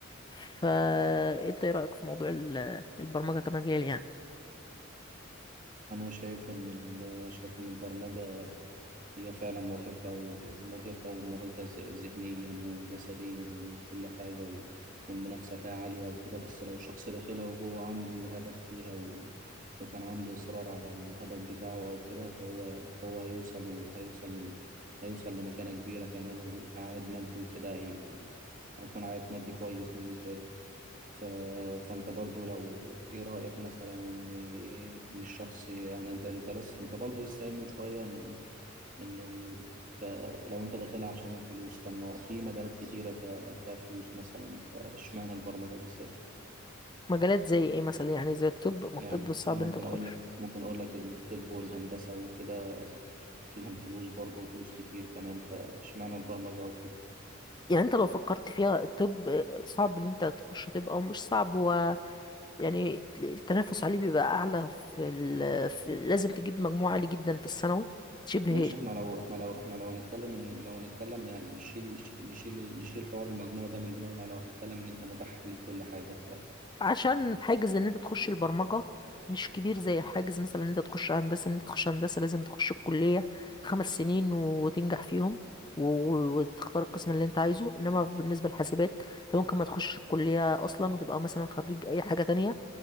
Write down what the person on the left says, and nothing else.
فانت ايه رأيك في موضوع ال- البرمجة كمجال يعني
مجالات زي ايه مثلا يعني زي الطب ما
الطب صعب
ان انت تخش
يعني انت لو فكرت فيها الطب صعب ان انت تخش طب او مش صعب هو يعني التنافس عليه بيبقى اعلى في, ال... في لازم تجيب مجموع عالي جدا في الثانوي شبه
عشان حاجز ان انت تخش البرمجة مش كبير زي حاجز مثلا ان انت تخش هندسة ان انت تخش هندسة لازم تخش الكلية خمس سنين وتنجح فيهم و- وتختار القسم اللي انت عايزه انما بالنسبة للحاسبات انت ممكن ما تخشش الكلية اصلا وتبقى مثلا خريج اي حاجة تانية